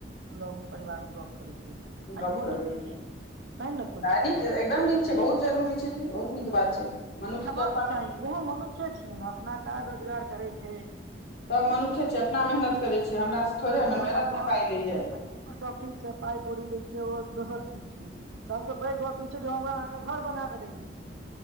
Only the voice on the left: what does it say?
गप
करै
नीक एकदम नीक छै बहुत जरूरी छै बहुत नीक बात छै मनुख
के अपन
सभ मनुखे छै अपना मेहनत करै छैै हमरास थोड़े
हमर
मेहनत
नहि पाइ लैयए